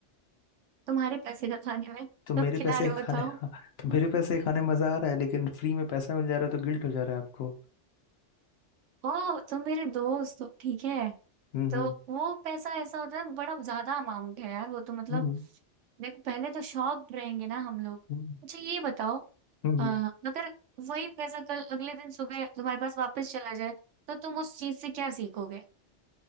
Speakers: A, on the right (about 80°); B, on the left (about 65°).
A: तुम्हारे पैसे का खाने में
B: तो मेरे
A: कब खिला
B: पैसे
A: रहे हो
B: खाने
A: बताओ
B: हाँ, तो मेरे
A: <laughs>
B: पैसे खाने मजा आ रहा है लेकिन फ्री में पैसा मिल जा रहा है तो गिल्ट हो जा रहा है आपको
A: ओ तुम मेरे दोस्त हो ठीक है
B: हम्म
A: तो
B: हम्म
A: वो पैसा ऐसा होता है बड़ा ज्यादा अमाउंट है यार वो तो मतलब
B: हम्म
A: देखो पहले तो शॉप रहेंगे ना हम लोग
B: हम्म हम्म।
A: अच्छा ये बताओ
B: हम्म, हम्म।
A: अ, अगर वही पैसा कल अगले दिन सुबह तुम्हारे पास वापस चला जाए तो तुम उस चीज से क्या सीखोगे